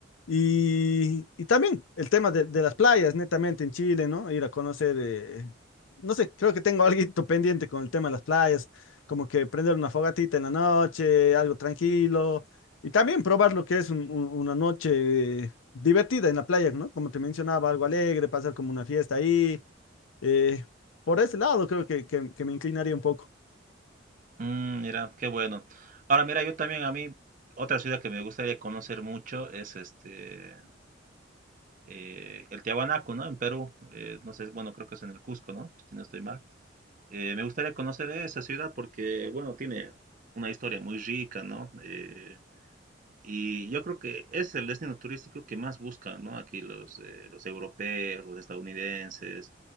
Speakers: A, on the left; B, on the right.
A: Y, y también el tema de, de las playas, netamente en Chile, ¿no? Ir a conocer, eh, no sé, creo que tengo <laughs> algo pendiente con el tema de las playas, como que prender una fogatita en la noche, algo tranquilo, y también probar lo que es un- un- una noche divertida en la playa, ¿no? Como te mencionaba, algo alegre, pasar como una fiesta ahí. eh, por ese lado creo que, que- que me inclinaría un poco.
B: Mm, mira, qué bueno. Ahora, mira, yo también a mí, otra ciudad que me gustaría conocer mucho es este, eh, el Tiahuanaco, ¿no? En Perú, eh, no sé, bueno, creo que es en el Cusco, ¿no? Si no estoy mal. Eh, me gustaría conocer esa ciudad porque, bueno, tiene una historia muy rica, ¿no? Eh, Y yo creo que es el destino turístico que más buscan, ¿no? Aquí los, eh, los europeos, los estadounidenses,